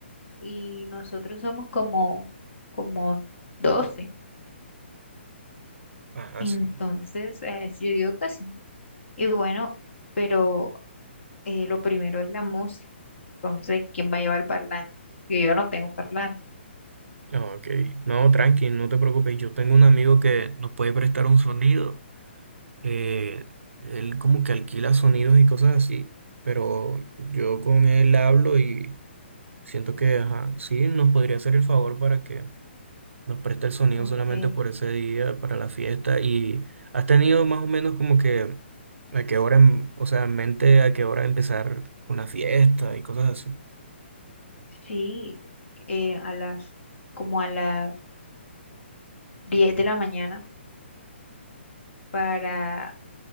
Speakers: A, on the left; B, on the right.
A: y nosotros somos como, como doce
B: Ajá,
A: Entonces,
B: sí.
A: eh, yo digo que sí. Y bueno, pero eh, lo primero es la música. Entonces, ¿quién va a llevar el parlante? Que yo no tengo parlante.
B: Ah, Ok, no, tranqui, no te preocupes. Yo tengo un amigo que nos puede prestar un sonido. eh, él como que alquila sonidos y cosas así, pero yo con él hablo y siento que, ajá, sí, nos podría hacer el favor para que nos preste el sonido
A: Ok.
B: solamente por ese día, para la fiesta. ¿Y has tenido más o menos como que a qué hora, em- o sea, en mente a qué hora empezar con la fiesta y cosas así?
A: Sí, eh, a las como a las 10 de la mañana para,